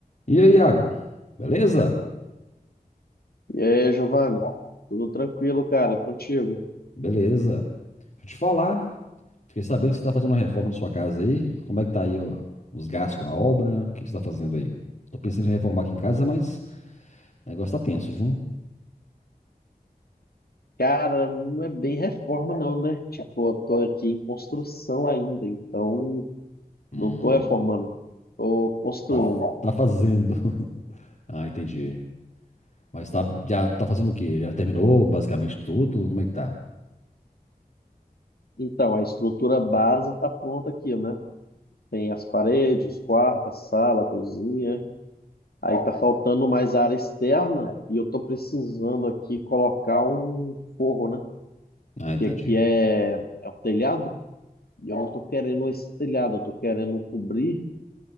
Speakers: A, on the left; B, on the left.
A: E aí, Iago? Beleza?
B: E aí, Giovanni? Tudo tranquilo, cara? E contigo?
A: Beleza. Deixa eu te falar. Fiquei sabendo que você está fazendo uma reforma na sua casa aí. Como é que tá aí, ó, os gastos com a obra? O que que você está fazendo aí? Tô pensando em reformar aqui em casa, mas o negócio tá tenso, viu?
B: Cara, não é bem reforma, não, né? Tipo, eu tô aqui em construção ainda, então
A: Hum,
B: não tô reformando, tô construindo.
A: tá, tá fazendo. <laughs> Ah, entendi. Mas tá, já tá fazendo o quê? Já terminou basicamente tudo? Como é que tá?
B: Então, a estrutura base tá pronta aqui, né? Tem as paredes, os quartos, a sala, a cozinha. Aí tá faltando mais área externa e eu tô precisando aqui colocar um forro, né?
A: Ah, entendi.
B: Que aqui é, é o telhado e eu não tô querendo esse telhado, eu tô querendo cobrir.